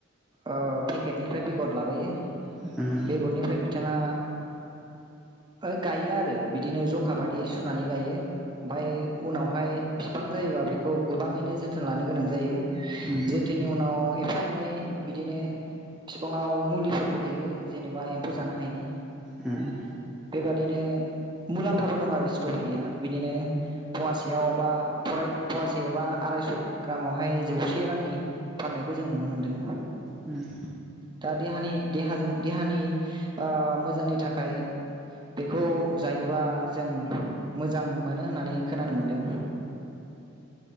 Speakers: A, on the right; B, in the centre.
A: ओ पेकेटनिफ्राय बेगर लाबोयो।
B: उम
A: बेगरनिफ्राय बिथाङा ओ गायोआरो। बिदिनो ज'खा बादियै सुनानै गायो। ओमफाय उनावहाय फिफां जायोबा बेखौ गोबाङैनो जो थोन लानो गोनां जायो
B: उम
A: जोथोननि उनाव। एफा एनै बिदिनो फिफाङाव मुलिफोरबो होयो जेनेबा एम्फौ जानो हायिनि।
B: उम
A: बेबादिनो मुलाम्फाबो दंआरो स्ट्रबेरिया बिदिनो फुवासेयाव बा फराय फुवासे एबा आरायस' ग्रामावहाय जौसे रांनि फाननायखौ जों नुनो मोनदों
B: उम
A: दा देहानि देहाजों देहानि ओ मोजांनि थाखाय बेखौ जायोबा जों। मोजां मोनो होन नानै खोनानो मोनदों।